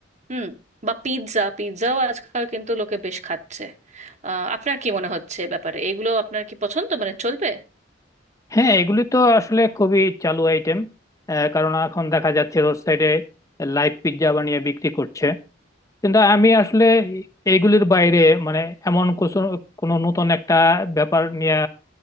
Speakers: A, on the right; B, on the left.
A: হুম বা পিৎজা পিৎজাও আজকাল কিন্তু লোকে বেশ খাচ্ছে আহ, আপনার কি মনে হচ্ছে এ ব্যাপারে এগুলো আপনার কি পছন্দ মানে চলবে
B: হ্যাঁ এগুলি তো আসলে খুবই চালু আইটেম কারণ এখন দেখা যাচ্ছে রোড সাইডে লাইভ পিৎজা বানিয়ে বিক্রি করছে কিন্তু আমি আসলে এইগুলির বাইরে মানে এমন কিছু কোনো নতুন একটা ব্যাপার নিয়ে